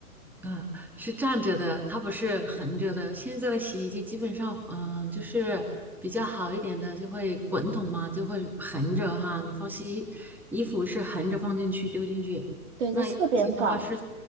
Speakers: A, in the centre; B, on the right.
A: 嗯，是站着的，它不是横着的。现在的洗衣机基本上，嗯，就是比较好一点的，就会滚筒嘛，就会横着哈。你放洗衣服是横着放进去丢进去，
B: 对，
A: 那以前的话是，
B: 在侧边放，